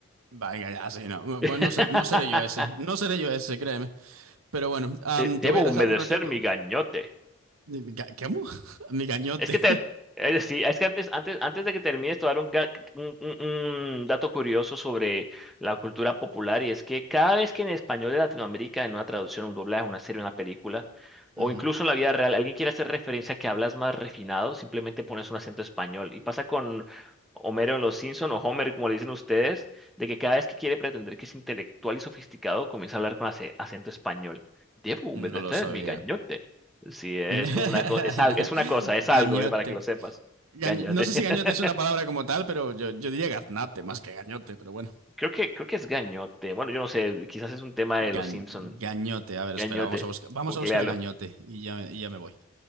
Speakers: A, on the right; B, in the centre.
A: Venga, ya, sí, no.
B: <laughs>
A: Bueno, no, ser- no seré yo ese. No seré yo ese, créeme. Pero bueno, am,
B: De- Debo
A: te voy a
B: humedecer
A: dejar un ratito.
B: mi gañote.
A: Mi ga- ¿Qué amo? <laughs> Mi gañote.
B: Es que te, eh, sí, es que antes, antes, antes de que termines, te voy a dar un, ga- un- un- un dato curioso sobre la cultura popular y es que cada vez que en español de Latinoamérica, en una traducción, un doblaje, una serie, una película,
A: <laughs>
B: o
A: Ujú.
B: incluso en la vida real, alguien quiere hacer referencia a que hablas más refinado, simplemente pones un acento español. Y pasa con Homero en Los Simpson o Homer, como le dicen ustedes, de que cada vez que quiere pretender que es intelectual y sofisticado, comienza a hablar con ace- acento español. Debo humedecer
A: No lo sabía.
B: mi gañote. Sí, eh,
A: <laughs>
B: es como una cosa, es, al- es una cosa, es
A: Gañote.
B: algo, eh, para que lo sepas.
A: Ga-
B: Gañote.
A: No sé
B: <laughs>
A: si gañote es una palabra como tal, pero yo, yo diría gaznate más que gañote, pero bueno.
B: Creo que, creo que es gañote. Bueno, yo no sé, quizás es un tema
A: Gañ-
B: de los Simpson.
A: gañote, a ver,
B: Gañote,
A: espera, vamos a buscar, vamos
B: googlealo.
A: a buscar a gañote y ya, y ya me voy.